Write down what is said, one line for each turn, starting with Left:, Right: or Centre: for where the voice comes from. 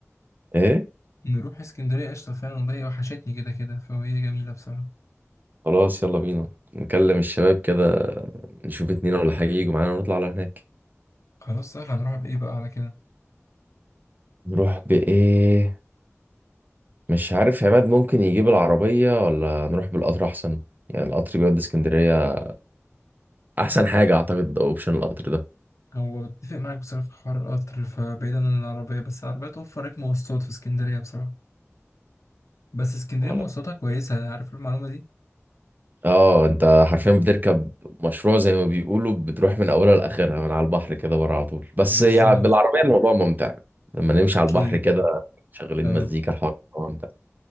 Right: ايه
Left: نروح اسكندرية قشطة فعلا والله وحشتني كده كده فهي جميلة بصراحة
Right: خلاص يلا بينا نكلم الشباب كده نشوف اتنين ولا حاجة يجوا معانا ونطلع على هناك
Left: خلاص سهل هنروح بإيه بقى على كده
Right: نروح بإيه مش عارف عماد ممكن يجيب العربية ولا نروح بالقطر أحسن يعني القطر بيودي اسكندرية أحسن حاجة أعتقد أوبشن القطر ده
Left: هو اتفق معاك بصراحة في حوار القطر فبعيدا عن العربية بس العربية توفر لك مواصلات في اسكندرية بصراحة بس اسكندرية
Right: ولا
Left: مواصلاتها كويسة عارف المعلومة دي
Right: اه انت حرفيا بتركب مشروع زي ما بيقولوا بتروح من اولها لاخرها من على البحر كده بره على طول بس
Left: بالظبط
Right: يعني بالعربيه الموضوع ممتع لما نمشي
Left: أكيد
Right: على البحر كده شغالين
Left: اه
Right: مزيكا الحوار ممتع